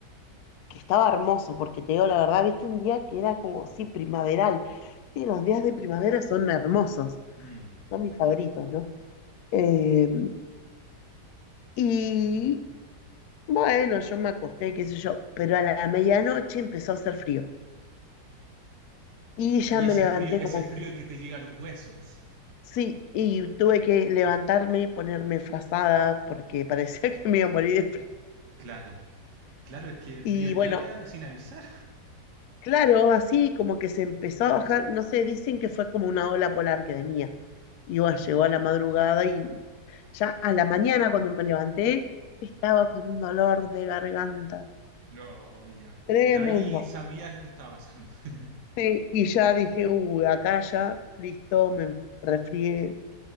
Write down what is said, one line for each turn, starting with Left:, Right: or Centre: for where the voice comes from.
Left: que estaba hermoso, porque te digo la verdad, viste un día que era como, sí, primaveral. Viste, los días de primavera son hermosos,
Right: Mm.
Left: son mis favoritos, ¿no? Eh, y bueno, yo me acosté, qué sé yo, pero a la medianoche empezó a hacer frío. Y ya
Right: Y
Left: me
Right: ese
Left: levanté
Right: frío, ese
Left: como
Right: frío que te llega a los huesos.
Left: Sí, y tuve que levantarme, ponerme frazada, porque parecía <laughs> que me iba a morir de frío.
Right: Claro. Claro, es que el
Left: Y
Right: frío llega
Left: bueno,
Right: sin avisar.
Left: claro, así como que se empezó a bajar, no sé, dicen que fue como una ola polar que venía. Y bueno,
Right: Ujú.
Left: llegó a la madrugada y ya a la mañana cuando me levanté, estaba con un dolor de garganta
Right: Oh, ya.
Left: tremendo.
Right: Ya ahí sabías lo que estaba pasando. <laughs>
Left: Sí, y ya dije, uy, acá ya, listo, me resfrié,